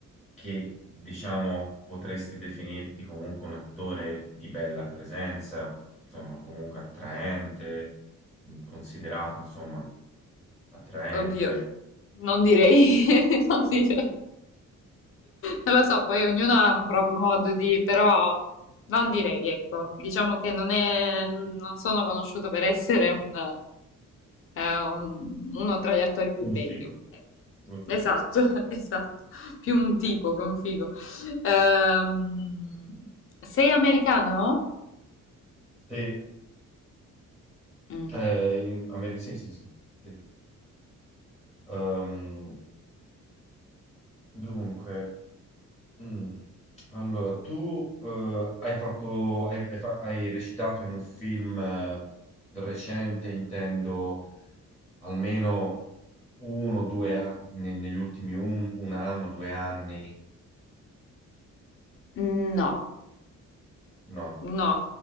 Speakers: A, in the centre; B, on the left.
A: che diciamo potresti definirti comunque un attore di bella presenza, insomma, comunque attraente, mh, considerato, insomma, attraente.
B: Oddio. Non direi, <laughs> non direi. Non lo so, poi ognuno ha un proprio modo di, però non direi, ecco, diciamo che non è, non sono conosciuto per essere un, eh, un- uno tra gli attori più
A: Un
B: belli.
A: figo.
B: Ecco.
A: Ok.
B: Esatto, <laughs> esatto, più un tipo che un figo. Ehm, sei americano?
A: Sì,
B: Mm.
A: eh, in- a Medicine, sì, sì. sì. Ehm, dunque, mm, allora tu eh, hai fatto, hai, hai fa- hai recitato in un film eh, recente, intendo almeno uno o due anni, ne- negli ultimi un, un anno, due anni,
B: No,
A: no.
B: No,